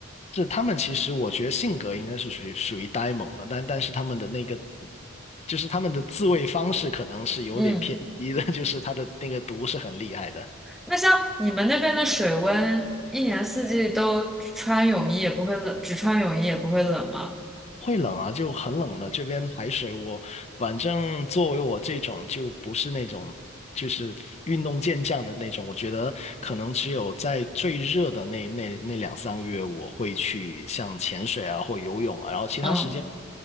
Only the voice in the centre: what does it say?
嗯。
那像你们那边的水温，一年四季都穿泳衣也不会冷，只穿泳衣也不会冷吗？
嗯，